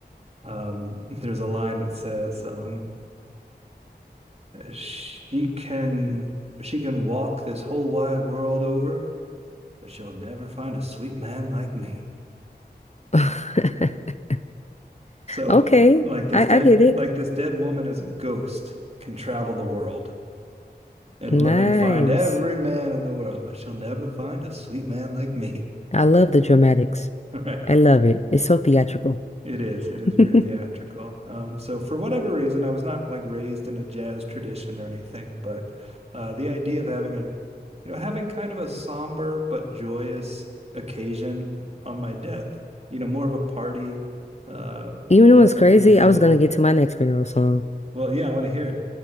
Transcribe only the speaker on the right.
Um, <laughs> there's a line that says, um, "She can she can walk this whole wide world over." but she'll never find a sweet man like me.
So
like this
dead
like
this dead woman as a ghost can travel the world and
and find every man in the world, but she'll never find a sweet man like me.
<laughs> All right.
It is.
It is
very theatrical. Um, so for whatever reason, I was not like raised in a jazz tradition or anything, but uh, the idea of having a, you know, having kind of a somber but joyous occasion on my death, you know, more of a party uh,
that,
than
a funeral.
Well, yeah, I want to hear it.